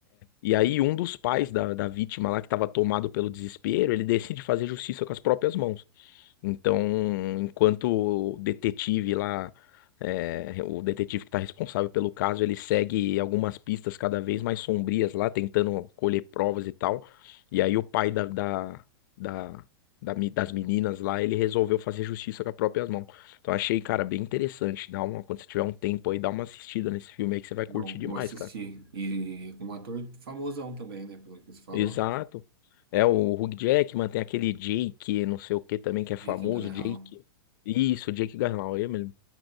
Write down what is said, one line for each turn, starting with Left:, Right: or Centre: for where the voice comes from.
Left: e aí, um dos pais da, da vítima lá, que estava tomado pelo desespero, ele decide fazer justiça com as próprias mãos. Então, enquanto o detetive lá, é, o detetive que está responsável pelo caso, ele segue algumas pistas cada vez mais sombrias lá, tentando colher provas e tal. E aí, o pai da, da, da- da me- das meninas lá, ele resolveu fazer justiça com as próprias mãos. Então, achei, cara, bem interessante. Dá uma, quando você tiver um tempo aí, dá uma assistida nesse filme aí que você vai
Right: Não,
Left: curtir
Right: vou
Left: demais,
Right: assistir.
Left: cara.
Right: E com um ator famosão também, né? Pelo que você falou.
Left: Exato. É o Hugh Jackman, tem aquele Jake, não sei o que também, que é
Right: Jake
Left: famoso,
Right: Gyllenhaal.
Left: Jake. Isso, Jake Gyllenhaal, é mesmo.